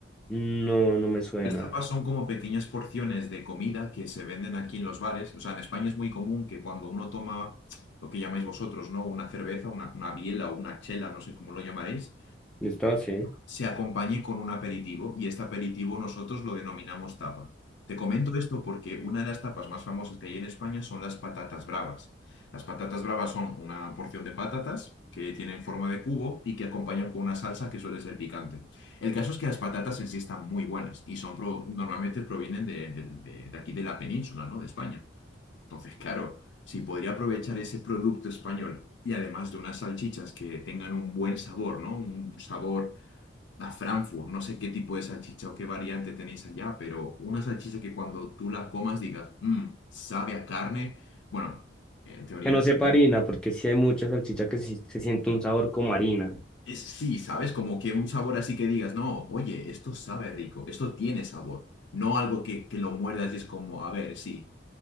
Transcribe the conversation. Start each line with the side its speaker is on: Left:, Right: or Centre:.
Centre: No, no me suena.
Left: Las tapas son como pequeñas porciones de comida que se venden aquí en los bares. O sea, en España es muy común que cuando uno toma lo que llamáis vosotros, ¿no? Una cerveza, una, una biela o una chela, no sé cómo lo llamaréis,
Centre: Listo, sí.
Left: se acompañe con un aperitivo y este aperitivo nosotros lo denominamos tapa. Te comento esto porque una de las tapas más famosas que hay en España son las patatas bravas. Las patatas bravas son una porción de patatas que tienen forma de cubo y que acompañan con una salsa que suele ser picante. El caso es que las patatas en sí están muy buenas y son pro- normalmente provienen de, de- de- de aquí de la península, ¿no? De España. Entonces, claro, si podría aprovechar ese producto español y además de unas salchichas que tengan un buen sabor, ¿no? Un sabor la Frankfurt, no sé qué tipo de salchicha o qué variante tenéis allá, pero una salchicha que cuando tú la comas digas, "Mm, sabe a carne, bueno, en teoría
Centre: Que no sepa harina, porque sí hay mucha salchicha que sí se siente un sabor como harina.
Left: es sí, ¿sabes? Como que un sabor así que digas, no, oye, esto sabe rico, esto tiene sabor, no algo que, que lo muerdas y es como, a ver, sí,